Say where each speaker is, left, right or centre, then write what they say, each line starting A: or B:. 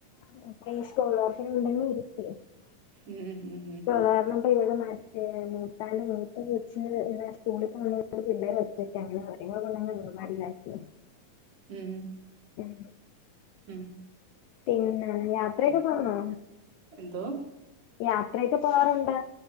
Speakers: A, on the left; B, on the right.
A: <unintelligible>
B: ഉം ഉം ഉം
A: സാധാരണ ഇവിടെ മറ്റേ മൂട്ടാന്റെ മൂട്ട <unintelligible> സ്കൂളിൽ പോവുന്ന പിള്ളേര് ഒറ്റക്കാണ് കാര്യങ്ങ കൊ <unintelligible>
B: ഉം
A: ഉം
B: ഉം
A: പിന്നെ യാത്രയൊക്കെ
B: ഉം
A: പോന്നോ
B: എന്തോ
A: യാത്രയൊക്കെ പോവാറുണ്ട്